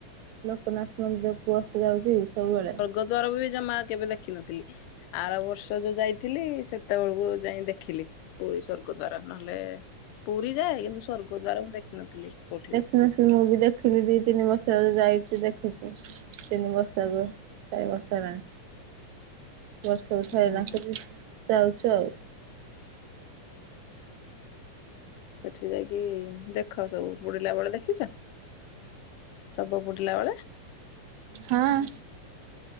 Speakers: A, on the right; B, on the left.
A: ଲୋକନାଥ ମନ୍ଦିର କୁ ଆସି ଯାଉଛି ସବୁବେଳେ।
B: ରୋଜଗାର ଜମା କେବେ ଦେଖିନଥିଲି। ଆର ବର୍ଷ ଯୋଉ ଯାଇଥିଲି ସେତେବେଳକୁ ଯାଇ ଦେଖିଲି ପୁରୀ ସର୍ଗ ଦ୍ଵାରା ନହେଲେ ପୁରୀ ଯାଏ କିନ୍ତୁ ସ୍ଵର୍ଗ ଦ୍ଵାରା ମୁଁ ଦେଖିିନଥିଲି କୋଉଠି ବି
A: ନା ସେ ମୁଁ ବି ଦେଖ ଦେଖିଲି ଦିଇ ତିନି ବର୍ଷ ଯାଇଛିୁ ଦେଖିଛୁ ତିନି ବର୍ଷ ଆକୁ ଚାରି ବର୍ଷ ହେଲାଣି।
B: <inaudible>
A: ବର୍ଷକୁ ଥର
B: ହୁଁ।
A: ନାଚଛି ଯାଉଛୁ ଆଉ।
B: ସେଠି ଯାଇକି ଦେଖ ସବୁ ବୁଡିଲା ବେଳେ ଦେଖିଛ। ସବୁ ବୁଡ଼ିଲା ବେଳେ।
A: ହଁ।